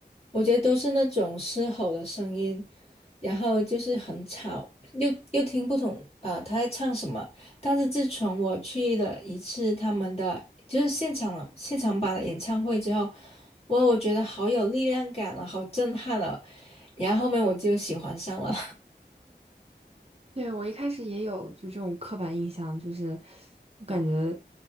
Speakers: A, on the left; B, on the right.
A: 我觉得都是那种嘶吼的声音，然后就是很吵，又又听不懂啊、呃他在唱什么。但是自从我去了一次他们的就是现场了现场版的演唱会之后，哇，我觉得好有力量感了，好震撼了。然后后面我就喜欢上了。
B: <laughs> 对，我一开始也有就这种刻板印象，就是我感觉